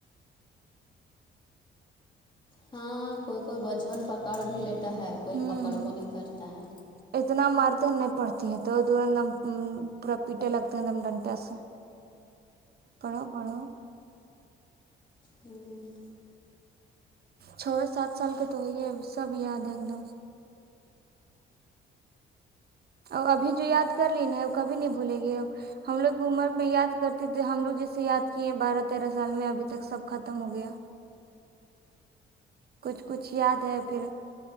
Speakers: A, on the left; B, on the right.
A: ہاں کوئی کوئی بچپن پکڑ بھی لیتا ہے کوئی
B: ہوں
A: پکڑ وہو نہیں کرتا ہے
B: اتنا مارتے نہیں پڑتی ہے تو تورم پورا پیٹے لگتے ہیں دم ڈنٹے سے پڑھو پڑھو
A: ہوں
B: چے سات سال کے تو ہوی ہے سب یاد ہے ایک دم اور ابھی جو یاد کر لی نا ہے وہ کبھی نہیں بھولیں گی ہم لوگ عمر میں یاد کرتے تھے ہم لوگ جیسے یاد کیے بارہ تیرہ سال میں ابھی تک سب ختم ہو گیا کچھ کچھ یاد ہے پھر